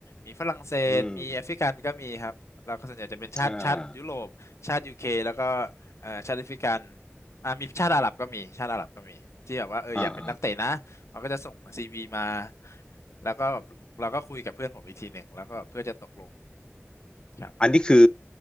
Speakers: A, on the left (about 80°); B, on the left (about 20°).
A: มีฝรั่งเศสมีแอฟริกันก็มีครับแล้วก็ส่วนใหญ่จะเป็นชาติชาติยุโรป
B: อืมอ่า
A: ชาติยูเคแล้วก็เอ่อชาติแอฟริกันอ่ามีชาติอาหรับก็มีชาติอาหรับก็มีที่แบบว่าเอออยากเป็นนักเตะนะเขาก็จะส่งซีวีมา
B: อ่าอา
A: แล้วก็แบบเราก็คุยกับเพื่อนผมอีกทีหนึ่งแล้วก็เพื่อจะตกลงครับ
B: อันนี้คือ